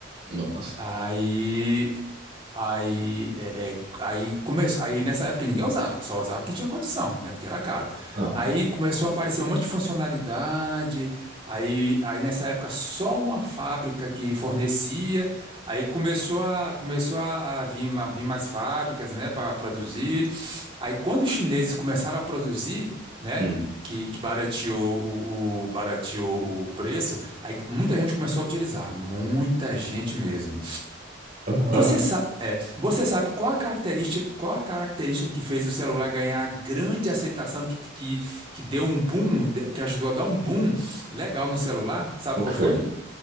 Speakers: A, on the right; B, on the right.
A: Nossa.
B: Aí Aí, é, é, aí, come... aí nessa época ninguém usava, porque só usava quem tinha condição, né? Porque era caro.
A: Aham.
B: Aí começou a aparecer um monte de funcionalidade. Aí, aí nessa época só uma fábrica que fornecia. Aí começou a, começou a, a vir, ma- vir mais fábricas, né, para produzir. Aí quando os chineses começaram a produzir, né,
A: Hum.
B: que, que barateou o, o, barateou o preço, aí muita gente começou a utilizar, muita gente mesmo.
A: Aham.
B: Você sabe, é, você sabe qual a característica, qual a característica que fez o celular ganhar grande aceitação, que, que, que deu um boom, de- que ajudou a dar um boom legal no celular? Sabe
A: O
B: qual
A: que foi?
B: foi?